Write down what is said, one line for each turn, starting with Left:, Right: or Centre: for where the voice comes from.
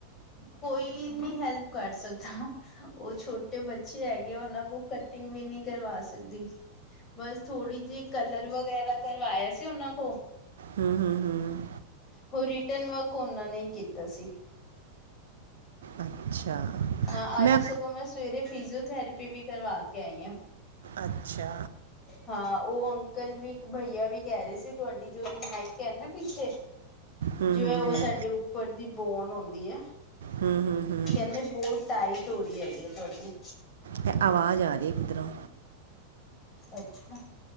Left: ਕੋਈ ਨਹੀਂ ਹੈਲਪ ਕਰ ਸਕਦਾ ਉਹ ਛੋਟੇ ਬੱਚੇ ਹੈਗੇ ਆ ਉਹਨਾਂ ਕੋਲ ਕਟਿੰਗ ਵੀ ਨਹੀਂ ਕਰਵਾ ਸਕਦੀ ਬਸ ਥੋੜੀ ਜਿਹੀ ਕਲਰ ਵਗੈਰਾ ਕਰਵਾਇਆ ਸੀ, ਉਹਨਾਂ ਕੋ
Right: ਹਮ, ਹਮ, ਹਮ
Left: ਉਹ ਰਿਟਨ ਵਰਕ ਉਹਨਾਂ ਨੇ ਕੀਤਾ ਸੀ
Right: ਅੱਛਾ,
Left: ਹਾਂ
Right: ਮੈਂ
Left: ਅੱਜ ਸਗੋਂ ਸਵੇਰੇ ਫਿਜ਼ਓਥੈਰੇਪੀ ਵੀ ਕਰਵਾ ਕੇ ਆਈ ਹਾਂ
Right: ਅੱਛਾ।
Left: ਹਾਂ ਉਹ ਅੰਕਲ ਵੀ ਭਈਆ ਵੀ ਕਹਿ ਰਹੇ ਸੀ। ਤੁਹਾਡੀ ਜੋ ਨੇਕ ਹੈ ਨਾ ਪਿੱਛੇ
Right: ਹੂੰ
Left: ਜੋ
Right: ਹੂੰ
Left: ਹੈ ਉਹ
Right: ਹੂੰ
Left: ਸਾਡੇ ਉੱਪਰ ਦੀ ਬੋਨ ਔਦੀ ਹੈ।
Right: ਹੂੰ ਹੂੰ ਹੂੰ
Left: ਕਹਿੰਦੇ ਬਹੁਤ ਟਾਈਟ ਹੋਰੀ ਹੈਗੀ ਹੈ। ਤੁਹਾਡੀ
Right: ਤੇ ਆਵਾਜ਼ ਆ ਰਹੀ ਹੈ। ਕਿੱਧਰੋਂ
Left: ਅੱਛਾ।